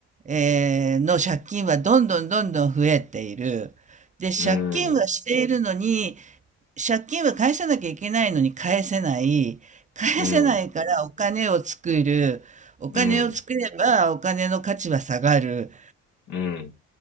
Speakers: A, on the right; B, on the left.
A: えーの借金はどんどんどんどん増えている。で、借金はしているのに、
B: うん。
A: 借金は返さなきゃいけないのに返せない。返せないからお金を作る。
B: うん。
A: お金を作ればお金の価値は下がる。
B: うん。うん。